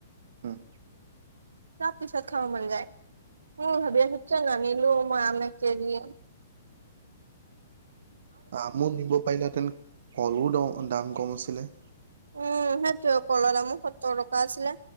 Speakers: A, on the right (about 65°); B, on the right (about 80°).
A: উম!
B: চব পিছত খাব মন যায়, মোৰ ভাবি আছো কি যানা নিলো মই আম এককেজি
A: আমো নিব পাৰিলে হেঁতেন কলো দ দাম কম আছিলে
B: উম সেইটোয়ে কলৰ দামো সত্তৰ টকা আছিলে